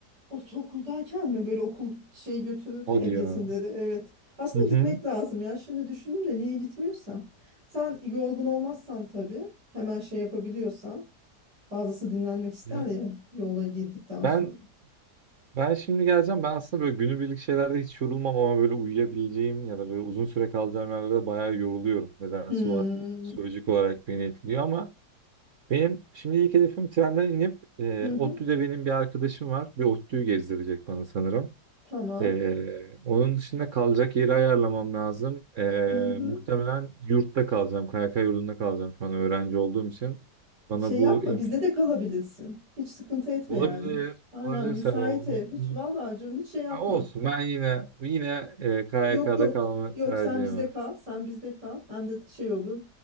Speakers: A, on the right; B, on the right.
A: ortaokuldayken mi? Böyle okul şey götürüldü
B: O
A: ya gezileri.
B: diyor.
A: Evet. Aslında
B: Hı hı.
A: gitmek lazım ya. Şimdi düşündüm de niye gitmiyorsam. Sen yorgun olmazsan tabii. Hemen şey yapabiliyorsan. Bazısı dinlenmek ister
B: Ya
A: ya yola girdikten
B: ben
A: sonra.
B: ben şimdi geleceğim. Ben aslında böyle günübirlik şeylerde hiç yorulmam ama böyle uyuyabileceğim ya da böyle uzun süre kalacağım yerlerde bayağı yoruluyorum. Nedense
A: Hmm.
B: var. Psikolojik olarak beni etkiliyor ama Benim şimdi ilk hedefim trenden inip e,
A: Hı hı.
B: ODTÜ'de benim bir arkadaşım var. Bir ODTÜ'yü gezdirecek bana sanırım.
A: Tamam.
B: E, onun dışında kalacak yeri ayarlamam lazım. E,
A: Hı hı.
B: muhtemelen yurtta kalacağım. KYK yurdunda kalacağım şu an öğrenci olduğum için. Bana
A: Şey yapma
B: bu imkan
A: bizde de kalabilirsin. Hiç sıkıntı etme
B: olabilir.
A: yani. Aynen
B: Olabilir
A: müsait
B: Serap, onu,
A: ev. Hiç
B: onu-
A: vallahi canım hiç şey yapma.
B: Ha, olsun. Ben yine yine e, KYK'da
A: Yok yok.
B: kalma
A: Yok
B: tercihim
A: sen bizde
B: var.
A: kal. Sen bizde kal. Hem de şey olur.